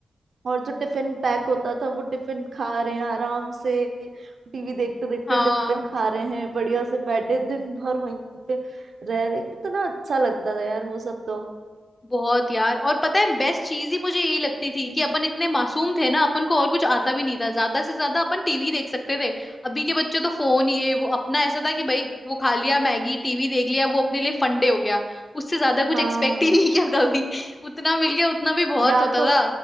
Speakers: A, on the right (about 65°); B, on the left (about 30°).
A: और जो टिफिन पैक होता था वो टिफिन खा रहे हैं आराम से टीवी देखते देखते
B: हाँ
A: टिफिन खा रहे हैं बढ़िया से बैठे दिन भर वहीं पे रह रहे कितना अच्छा लगता था यार वो सब तो
B: बहुत यार और पता है बेस्ट चीज ही मुझे यही लगती थी
A: हम्म।
B: कि अपन इतने मासूम थे ना अपन को और कुछ आता भी नहीं था ज्यादा से ज्यादा अपन टीवी देख सकते थे अभी के बच्चे तो फोन ये वो अपना ऐसा था कि भाई वो खा लिया मैगी टीवी देख लिया वो अपने लिए फंडे हो गया उससे ज्यादा
A: हाँ
B: कुछ एक्सपेक्ट ही नहीं किया कभी <laughs> उतना मिल गया उतना भी बहुत
A: या
B: होता
A: तो
B: था